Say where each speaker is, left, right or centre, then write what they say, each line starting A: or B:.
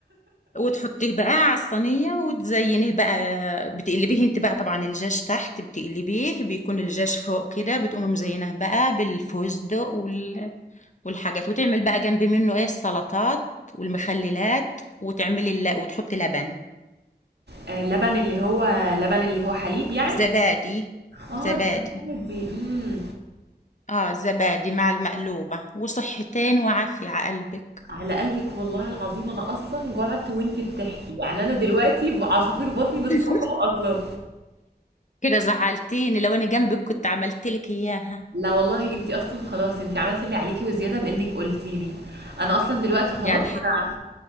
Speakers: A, on the left; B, on the right.
A: وتحطيه بقى على الصينيه وتزينيه بقى بتقلبيه انت بقى طبعا الجاج تحت بتقلبيه بيكون الجاج فوق كده بتقومي مزينه بقى بالفستق وال... والحاجات وتعمل بقى جنب منه ايه السلطات والمخللات وتعملي الل... وتحطي لبن
B: آه لبن اللي هو لبن اللي هو حليب يعني
A: زبادي
B: اه
A: زبادي
B: الزهور دي امم
A: اه زبادي مع المقلوبة وصحتين وعافية على قلبك
B: على قلبك والله العظيم انا اصلا جوعت وانتي بتحكي يعني انا دلوقتي عصافير بطني بتصفر
A: <laughs>
B: اصلا
A: كده زعلتيني لو انا جنبك كنت عملت لك اياها
B: لا والله انتي اصلا خلاص انتي عملتي اللي عليكي وزياده بانك قلتي لي انا اصلا دلوقتي خلاص
A: يعني
B: انا
A: ح-